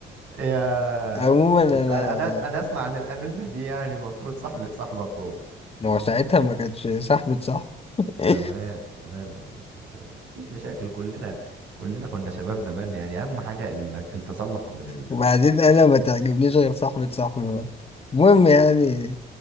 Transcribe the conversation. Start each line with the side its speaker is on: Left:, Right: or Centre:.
Right: يا
Left: عموما أنا
Right: بس انا انا انا اسمع عن الانسه دي يعني المفروض صاحبه صاحبك و...
Left: ما هو ساعتها ما كانتش صاحبة صاحب <laughs>
Right: تمام تمام يا فندم تمام مفيش مشاكل كلنا كلنا كنا شباب زمان يعني اهم حاجه انك التصلح من ال...
Left: وبعدين أنا ما تعجبنيش غير صاحبة صاحبي برضه المهم يعني